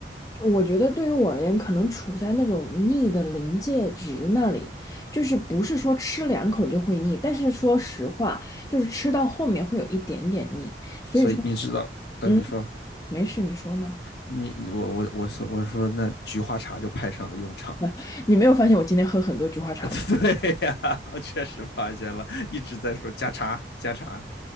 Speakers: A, on the left; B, on the left.
A: 我觉得对于我而言，可能处在那种腻的临界值那里，就是不是说吃两口就会腻，但是说实话，就是吃到后面会有一点点腻。所以说，
B: 所以你知道，嗯、
A: 嗯，
B: 呃你说
A: 没事，你说嘛。
B: 你我我我说我说那菊花茶就派上了用场
A: <laughs> 你没有发现我今天喝很多菊花茶吗？
B: 啊，<laughs> 对呀、<laughs> 啊我确实发现了，一直在说加茶加茶。